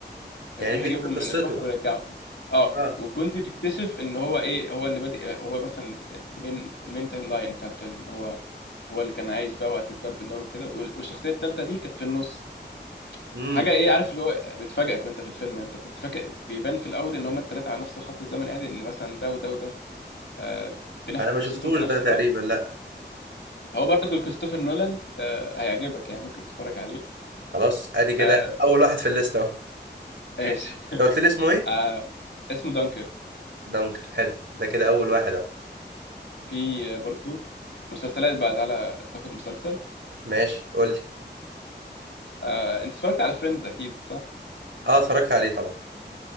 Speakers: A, on the left; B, on the right.
A: كان
B: يعني
A: بيروح
B: بيحكي
A: يجيبهم
B: قصته
A: من البحر ويرجعه اه
B: اه
A: والجندي بتكتشف ان هو ايه هو اللي بادئ هو مثلا المين المين تايم لاين بتاع الفيلم ان هو هو اللي كان عايش بقى وقت الضرب النار وكده وال- والشخصيه الثالثه دي كانت في النص
B: امم
A: حاجه ايه عارف اللي هو بتفاجئك وانت في الفيلم انت كنت فاكر بيبان في الاول ان هما الثلاثه على نفس الخط الزمني عادي ان مثلا ده وده وده آه بنحكي
B: انا ما
A: قصتهم
B: شفتوش
A: في نفس
B: ده تقريبا
A: الوقت
B: لا
A: هو برضه كريستوفر نولان آه هيعجبك يعني ممكن تتفرج عليه
B: خلاص ادي كده
A: آه
B: اول واحد في الليسته اهو <laughs>
A: ماشي
B: انت قلت لي اسمه ايه
A: آه اسمه دانكر
B: دانكر حلو ده كده اول واحد اهو
A: في برضو مسلسلات بقى تعالى تاخد مسلسل
B: ماشي قول لي
A: آه، انت اتفرجت على فريندز اكيد صح
B: اه اتفرجت عليه طبعا